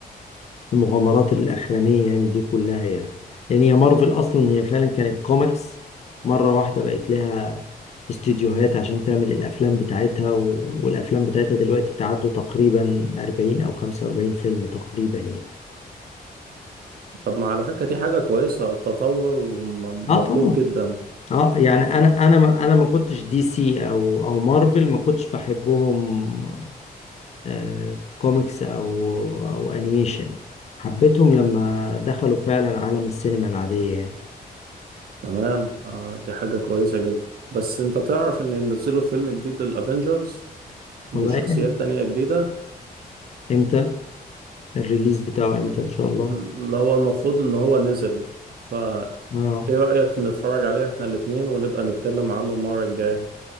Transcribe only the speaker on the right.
طب ما على فكرة دي حاجة كويسة التطور م-
مطلوب
جدا
تمام آه دي حاجة كويسة جدا بس انت تعرف ان ينزلوا فيلم جديد للأفينجرز بشخصيات
تانية جديدة
اللي هو المفروض ان هو نزل فايه
رأيك نتفرج عليه احنا الاتنين ونبقى نتكلم عنه المرة الجاية